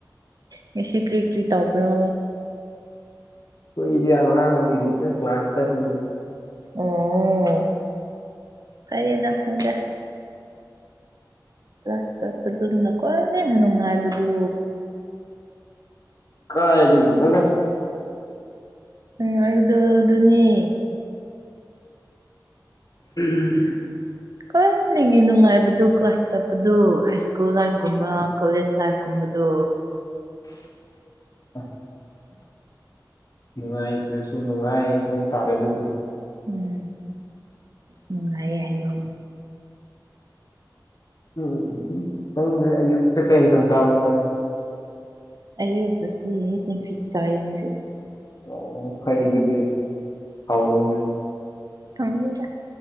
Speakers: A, on the right; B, on the left.
A: ꯉꯁꯤ ꯀ꯭ꯔꯤ ꯀ꯭ꯔꯤ ꯇꯧꯕ꯭ꯔꯣ
B: ꯑꯩꯈꯣꯏꯗꯤ ꯑꯉꯥꯡ ꯑꯣꯏꯔꯤꯗ ꯀ꯭ꯂꯥꯁ <unintelligible>
A: ꯑꯣ ꯐꯩꯌꯦꯗ ꯐꯩꯗ ꯀ꯭ꯂꯥꯁ ꯆꯠꯄꯗꯨꯅ ꯈ꯭ꯋꯥꯏꯟꯅ ꯅꯨꯡꯉꯥꯏꯕꯗꯨ
B: ꯀꯥꯏꯗꯒꯤꯅꯣꯗ
A: ꯎꯝ ꯑꯗꯨꯗꯣ ꯑꯗꯨꯅꯤ
B: ꯎꯝ
A: ꯈ꯭ꯋꯥꯏꯗꯒꯤ ꯅꯨꯡꯉꯥꯏꯕꯗꯨ ꯀ꯭ꯂꯥꯁ ꯆꯠꯄꯗꯨ ꯍꯥꯏ ꯁ꯭ꯀꯨꯜ ꯂꯥꯏꯐꯒꯨꯝꯕ ꯀꯣꯂꯦꯖ ꯂꯥꯏꯐ ꯀꯨꯝꯕꯗꯣ
B: <inaudible> ꯅꯨꯡꯉꯥꯏꯇ꯭ꯔꯁꯨ ꯅꯨꯡꯉꯥꯏ ꯍꯥꯏꯕ ꯇꯥꯔꯦ ꯑꯗꯨꯗꯤ
A: ꯎꯝ ꯅꯨꯡꯉꯥꯏꯌꯦ ꯍꯥꯏꯌꯣ
B: ꯎꯝ ꯈꯪꯗꯔꯦ ꯑꯌꯨꯛꯇ ꯀꯩ ꯌꯦꯟꯁꯥꯡ ꯆꯥꯕꯔꯣ ꯅꯣꯏ
A: ꯑꯌꯨꯛꯇꯗꯤ ꯇꯤꯟ ꯐꯤꯁ ꯆꯥꯌꯦ ꯉꯁꯤ
B: ꯑꯣ ꯐꯩ ꯑꯗꯨꯗꯤ ꯍꯥꯎꯅꯤꯅꯦ
A: ꯈꯪꯗꯦꯗ